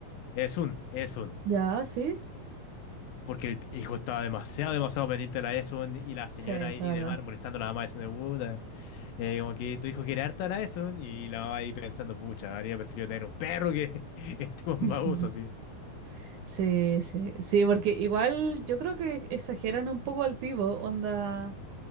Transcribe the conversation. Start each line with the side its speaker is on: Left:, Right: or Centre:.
Left: Esun, Esun.
Right: ¿Ya? ¿Sí?
Left: Porque el hijo estaba demasiado, demasiado pendiente de la Esun y la señora
Right: Sí, es
Left: ahí
Right: verdad.
Left: del mar molestando a la mamá diciendo, puta, eh, como que tu hijo quiere harta a la Esun y la mamá ahí pensando, pucha, habría preferido tener un perro que <laughs> este bombabuzo
Right: <laughs>
Left: así.
Right: Sí, sí, sí, porque igual yo creo que exageran un poco al tipo, onda.